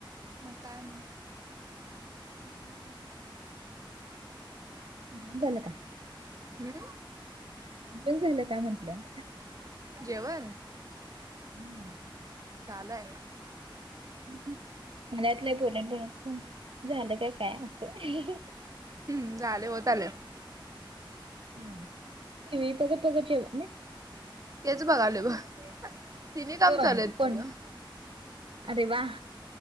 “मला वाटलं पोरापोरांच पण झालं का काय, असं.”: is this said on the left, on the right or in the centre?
Right